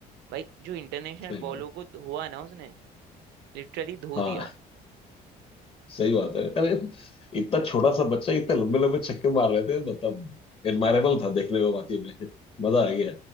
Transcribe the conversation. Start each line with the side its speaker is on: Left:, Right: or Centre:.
Right: भाई जो इंटरनेशनल
Left: सही
Right: बॉलों
Left: बात
Right: को धोआ ना उसने लिटरली धो
Left: हाँ
Right: दिया
Left: सही बात है अरे इतना छोटा सा बच्चा इतने लंबे लंबे छक्के मार रहे थे मतलब एडमायरेबल था देखने में वाकई में मजा आ गया